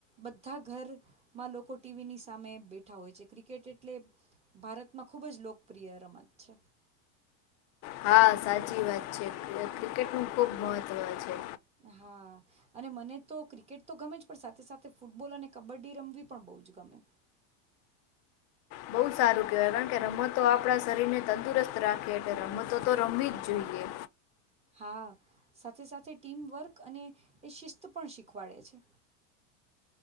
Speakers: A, on the right; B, on the left.
A: બધા ઘરમાં લોકો ટીવીની સામે બેઠા હોય છે. ક્રિકેટ એટલે ભારતમાં ખૂબ જ લોકપ્રિય રમત છે.
B: હા સાચી વાત છે. ક્રિકેટ નું ખુબ મહત્વ છે.
A: હા અને મને તો ક્રિકેટ તો ગમે જ પણ સાથે સાથે ફૂટબોલ અને કબડ્ડી રમવી પણ બહુ જ ગમે.
B: બહુ સારું કેહેવાય કારણ કે રમતો આપણા શરીર ને તંદુરસ્ત રાખીએ એટલે રમતો તો રમવી જ જોઈએ.
A: હા સાથે સાથે ટીમવર્ક અને એ શિસ્ત પણ શીખવાડે છે.